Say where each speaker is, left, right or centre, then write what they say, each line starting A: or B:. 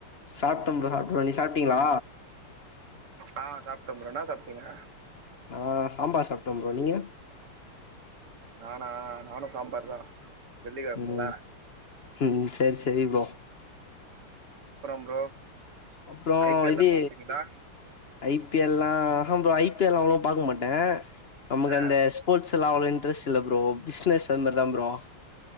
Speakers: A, on the left (about 50°); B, on the right (about 80°).
A: சாப்ட்ட ப்ரோ சாப்ட்ட ப்ரோ நீங்க சாப்ட்டீங்களா
B: அ சாப்ட் டன் ப்ரோ என்னா சாப்டிங்க
A: அ சாம்பார் சாப்டன் ப்ரோ நீங்க
B: நானா நானு சாம்பார்தா வெள்ளி கெழமல
A: ம் ம் சேரி சேரி ப்ரோ
B: அப்றம் ப்ரோ
A: அப்றோ
B: ஐ பி எல்
A: இது
B: லா பாப்பீங்களா
A: ஐப் பியெல்லா ஹஹம் ப்ரோ ஐ பி எல் லா அவ்ளோ பாக்க மாட்ட நமக்கு
B: ஆ
A: அந்த ஸ்போர்ட்ஸ் லா அவ்ளோ இன்ட்ரஸ்ட் இல்ல ப்ரோ பிஸ்னஸ் அந்த மாரிதா ப்ரோ